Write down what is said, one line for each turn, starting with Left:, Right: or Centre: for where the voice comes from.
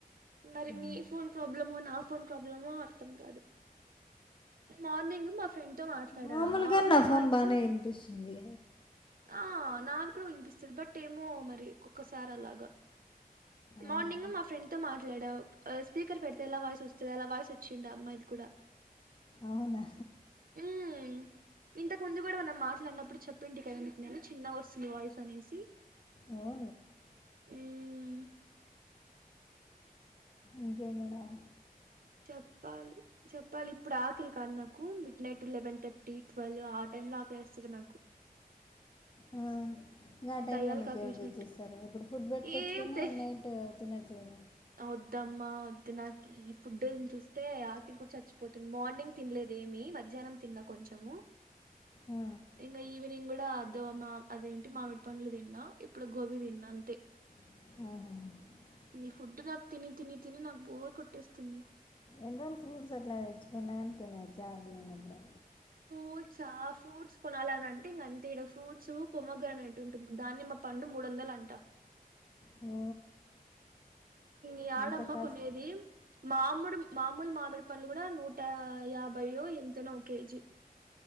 Right: మరి
Left: ఆ,
Right: మీ ఫోన్ ప్రాబ్లమో, నా ఫోన్ ప్రాబ్లమో అర్థం కాదు. మార్నింగ్ మా ఫ్రెండ్ తో మాట్లాడా
Left: మామూలుగా
Right: ఆ అమ్మాయి
Left: నా ఫోన్
Right: వాయిస్సు.
Left: బాగానే వినిపిస్తుంది
Right: ఆ నాది కూడా వినిపిస్తది బట్ ఏమో, మరి ఒకోక్కసారి అలాగా.
Left: అవునా
Right: మార్నింగ్ మా ఫ్రెండ్ తో మాట్లాడావ్ ఆ స్పీకర్ పెడితే ఎలా వాయిస్ వస్తది, అలా వాయిస్ వచ్చిండ ఆ అమ్మాయిది కూడా.
Left: అవునా
Right: మ్మ్ ఇంతకు ముందు కూడా మనం మాట్లాడినప్పుడు చెప్పింటి కద మీకు నేను చిన్నగా వస్తుంది వాయిస్ అనేసి
Left: ఆ
Right: మ్మ్
Left: ఇంకే మేడం
Right: చెప్పాలి చెప్ ఇళ్ళ ఇప్పుడు ఆకలి కాదు నాకు midnight eleven thirty twelve ఆ టైమ్ లో ఆకలివేస్తుంది నాకు
Left: ఆ ఇంకా ఆ టైం
Right: దయ్యాలకి
Left: లో నీకు
Right: ఆకలేసినట్టు
Left: ఎవరు తెచ్చిస్తారు ఇప్పుడు ఫుడ్ పెట్టుకొచ్చుకొని
Right: ఏం తె
Left: నైట్ తినొచ్చు కద
Right: వద్దమ్మా వద్దు నాకీ ఈ ఫుడ్ చూస్తే ఆకలి కూడా చచ్చిపోతుంది మార్నింగ్ తినలేదు ఏమి మధ్యాహ్నం తిన్న కొంచము
Left: ఆ,
Right: ఇం ఈవినింగ్ కూడా డ దో మా అదేంటి మామిడి పండ్లు తిన్నా ఇప్పుడు గోబీ తిన్నా అంతే
Left: మ్ హు
Right: ఈ ఫుడ్ నాకు తిని తిని తిని నాకు బోర్ కొట్టేస్తుంది
Left: ఏంట ఫ్రూట్స్ అట్లా తెచ్చుకున్న గాని తినరు జాగలేని అబ్డా
Right: ఫ్రూట్స్ ఫ్రూట్స్ కొనాలి అని అంటే ఇంకా అంతే ఇడ ఫ్రూట్స్ ప్రొముగ్రనేట్ ఉంటుంది దాన్నిమ్మ పండు మూడు వందలంట
Left: ఓ
Right: యాడమ్మ
Left: అంత కాస్ట్
Right: కొనేది మామిడు మామూలు మామిడి పళ్ళు కూడా నూట యాభైయో ఎంతనో కేజీ